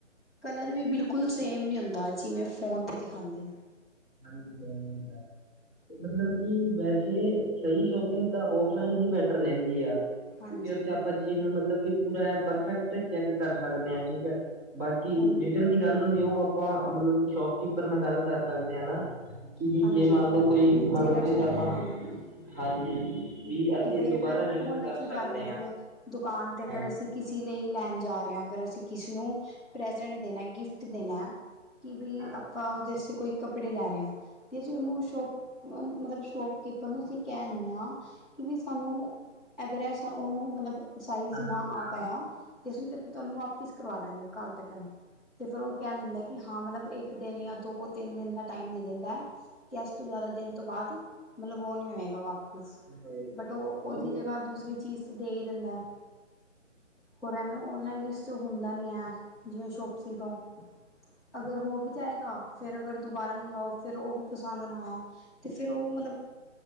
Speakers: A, in the centre; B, on the right (about 15°).
A: ਕਲਰ ਵੀ ਬਿਲਕੁਲ ਸੇਮ ਨੀ ਹੁੰਦਾ ਜਿਵੇਂ ਫੋਨ ਤੇ ਦਿਖਾਉਂਦੇ ਨੇ।
B: ਪਤਾ ਨਹੀ ਕੋਣ ਹੁੰਦਾ। ਮਤਲਬ ਕਿ ਵੈਸੇ ਸਹੀ ਸ਼ੋਪਿੰਗ ਤਾਂ ਔਫਲਾਈਨ ਹੀ ਬੈਟਰ ਰਹਿੰਦੀ ਆ।
A: ਹਾਂਜੀ
B: ਕਿਉਂਕਿ ਉੱਥੇ ਆਪਾਂ ਚੀਜ਼ ਨੂੰ ਮਤਲਬ ਕਿ ਪੂਰਾ ਪਰਫੈਕਟ ਚੈੱਕ ਕਰ ਸਕਦੇ ਹਾਂ ਠੀਕ ਹੈ। ਬਾਕੀ
A: ਹਾਂਜੀ
B: ਰਿਟਰਨ ਦੀ ਗੱਲ ਹੁੰਦੀ ਉਹ ਆਪਾਂ ਮਤਲਬ ਸ਼ੋਪਕੀਪਰ ਨਾਲ ਗੱਲ ਕਰ ਸਕਦੇ ਹਾਂ ਨਾ। ਕਿ ਜ
A: ਹਾਂਜੀ
B: ਜੇ ਮੰਨ ਲਓ, ਕੋਈ
A: ਕਿ ਜੇਕਰ
B: ਮੰਨ ਲਓ ਕਿਸ
A: ਸਾਨੂੰ
B: ਆਪਾਂ,
A: ਹਾਂ
B: ਹਾਂਜੀ। ਵੀ ਅਸੀਂ
A: ਕਿ ਬਈ
B: ਦੁਬਾਰਾ
A: ਅਗਰ
B: ਰਿਟਰਨ
A: ਹੁਣ
B: ਕਰ
A: ਅਸੀਂ
B: ਸਕਦੇ
A: ਜਾਂਦੇ ਹਾਂ ਜਿਵੇਂ ਦੁਕਾਨ ਤੇ ਅਗਰ
B: ਹਾਂਜੀ
A: ਅਸੀਂ ਕਿਸੇ ਲਈ ਲੈਣ ਜਾ ਰਹੇ ਹਾਂ ਅਗਰ ਅਸੀਂ ਕਿਸ ਨੂੰ ਪ੍ਰੈਜੈਂਟ ਦੇਣਾ ਗਿਫਟ ਦੇਣਾ ਕਿ ਬਈ
B: ਹਾਂ
A: ਆਪਾਂ ਦੇਸੇ ਕੋਈ ਕੱਪੜੇ ਲੈ ਰਹੇ ਹਾਂ ਤੇ ਅਸੀਂ ਉਹਨੂੰ ਸ਼ੋਪ ਮਤਲਬ ਸ਼ੋਪਕੀਪਰ ਨੂੰ ਅਸੀਂ ਕਹਿ ਦਦੇ ਹਾਂ ਕਿ ਵੀ ਸਾਨੂੰ ਅਗਰ ਸੂੰ ਉਹਨੂੰ ਮਤਲਬ ਸਾਈਜ਼ ਨਾ
B: ਹੀ ਹਾਂ
A: ਆ ਪਾਇਆ ਤੇ ਅਸੀਂ ਤੁਹਾਨੂੰ ਵਾਪਿਸ ਕਰਵਾ ਦਾਂਗੇ ਕੱਲ ਤੱਕ ਤੇ ਫਿਰ ਉਹ ਕਹਿ ਦਿੰਦਾ ਹੈ ਕਿ ਹਾਂ ਮਤਲਬ ਇੱਕ ਦਿਨ ਜਾਂ ਦੋ- ਤਿੰਨ ਦਿਨ ਦਾ ਟਾਈਮ ਦੇ ਦਿੰਦਾ ਹੈ। ਕਿ ਇਸ ਤੋਂ ਜ਼ਿਆਦਾ ਦਿਨ ਤੋਂ ਬਾਅਦ ਮਤਲਬ ਉਹ ਨੀ ਹੋਏ ਗਾ ਵਾਪਿਸ।
B: ਹੋਏ
A: ਬਟ ਉਹ ਉਹਦੀ ਜਗ੍ਹਾ ਦੂਸਰੀ ਚੀਜ਼ ਦੇ ਹੀ ਦਿੰਦਾ ਹੈ। ਹੋਰ ਐਵੇਂ ਓਨਲਾਈਨ ਇਸ ਚ ਹੁੰਦਾ ਨੀ ਹੈ ਜਿਵੇਂ ਸ਼ੋਪਸੀ ਤੋਂ ਅਗਰ ਹੋ ਵੀ ਜਾਏਗਾ ਫਿਰ ਅਗਰ ਦੁਬਾਰਾ ਮੰਗਾਓ ਫਿਰ ਉਹ ਵੀ ਪਸੰਦ ਨਾ ਆਇਆ ਤੇ ਫਿਰ ਉਹ ਮਤਲਬ